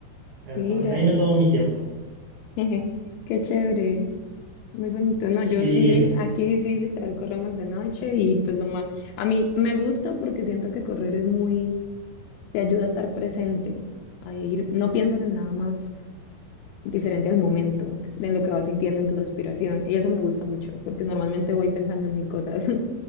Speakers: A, on the right; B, on the left.
A: Entonces
B: Mira,
A: ahí
B: <laughs>
A: me tomo mi tiempo.
B: jeje, qué chévere, muy bonito. No,
A: Sí,
B: yo sí, aquí sí, literal, corremos de noche y pues lo más, a mí me gusta porque siento que correr es muy, te ayuda a estar presente, a ir, no piensas en nada más diferente al momento, en lo que vas sintiendo en tu respiración. Y eso me gusta mucho porque normalmente voy pensando en mil cosas. <laughs>